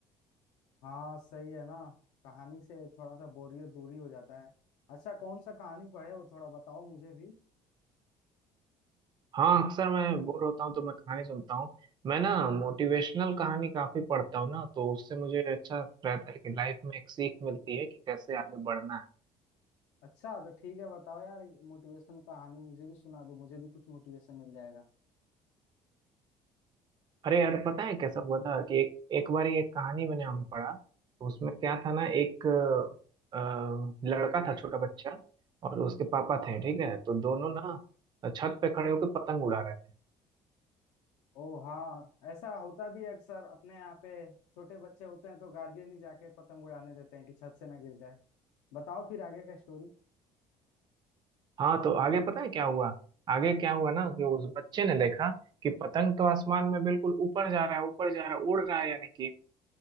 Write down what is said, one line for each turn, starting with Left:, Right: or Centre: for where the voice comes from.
Left: हाँ सही है ना कहानी से थोड़ा सा बोरियत दूरी हो जाता है अच्छा कौन सा कहानी पढ़े हो थोड़ा बताओ मुझे भी
Right: हाँ अक्सर मैं बोर होता हूँ तो मैं कहानी सुनता हूँ मैं ना मोटिवेशनल कहानी काफी पढ़ता हूँ ना तो उससे मुझे अच्छा रहता है कि लाइफ में एक सीख मिलती है कि कैसे आगे बढ़ना है
Left: अच्छा तो ठीक है बताओ यार मोटिवेशनल कहानी मुझे भी सुना दो मुझे भी कुछ मोटिवेशन मिल जाएगा
Right: अरे यार पता है कैसा हुआ था कि एक एक बार एक कहानी मैंने हमें पढ़ा तो उसमें क्या था ना एक अ, लड़का था छोटा बच्चा और उसके पापा थे ठीक है तो दोनों ना छत पे खड़े होकर पतंग उड़ा रहे थे
Left: ओ हाँ ऐसा होता भी है अक्सर अपने यहाँ पे छोटे बच्चे होते हैं तो गार्जियन ही जाके पतंग उड़ाने देते हैं कि छत से ना गिर जाए बताओ फिर आगे का स्टोरी
Right: हाँ तो आगे पता है क्या हुआ आगे क्या हुआ ना कि उस बच्चे ने देखा कि पतंग तो आसमान में बिल्कुल ऊपर जा रहा है ऊपर जा रहा है उड़ रहा है यानी कि